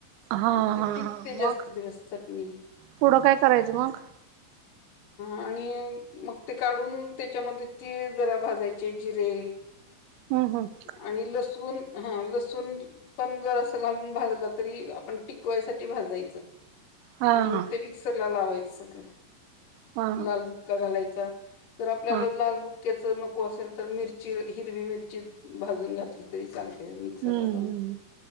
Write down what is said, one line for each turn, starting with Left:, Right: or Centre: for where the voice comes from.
Right: हा
Left: मग ती
Right: हा
Left: टिकते
Right: हा मग
Left: जास्त दिवस चटणी.
Right: पुढं काय करायचं मग?
Left: आणि मग ते काढून त्याच्यामध्ये तिळ जरा भाजायचे जिरे.
Right: हम् हम.
Left: आणि लसूण हा लसूण पण जर असं घालून भाजला तरी आपण टिकवायसाठी भाजायचं.
Right: हा
Left: आणि मग
Right: हा
Left: ते मिक्सरला लावायचं
Right: हा
Left: लाल फुक्का घालायचा. तर आपल्याला
Right: हा.
Left: लाल बुक्क्याच नको असेल तर मिरची हिरवी मिरची भाजून घातली. तरी चालते मिक्सरला
Right: हम्म
Left: लावून
Right: हम्म